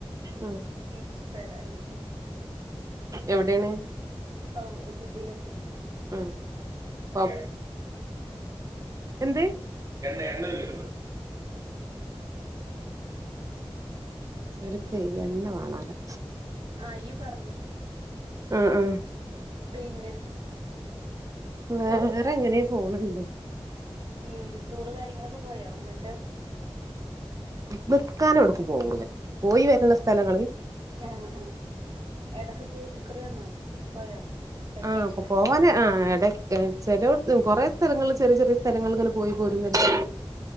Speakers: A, on the right (about 35°); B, on the right (about 55°).
A: ആഹ്
B: തിരിച്ചിപ്പേതായാലും.
A: എവിടേണ്
B: സൗ ജിദ്ദേല്.
A: ഉം പൗ എന്തേ എണ്ണ എണ്ണതീർന്നു. ഇവരിക്കേ എണ്ണ വേണോലോ.
B: ആ ഇയ്യ് പറഞ്ഞോ.
A: ആഹ് ആഹ്
B: പിന്നെ
A: വേറെങ്ങനെ പോണണ്ട്.
B: ഏഹ് ടൂറ് കാര്യങ്ങളൊക്കെ പോയോ വന്നെട്ട്.
A: നിക്കാനെവിടെക്കും പോവൂല പോയിവരുന്ന സ്ഥലങ്ങള്.
B: ഏ ഏ ഏവിടെക്കെ പോയി ഇക്കുറിവന്നോ പോയോ. വെക്കേഷന്
A: ആ പൊക്കോ തോനെ ആ എടക്ക് ചെലോടത്ത് കൊറേ സ്ഥലങ്ങള് ചെറിയ ചെറിയ സ്ഥലങ്ങളങ്ങനെ പോയി പോരുന്നല്ലാതെ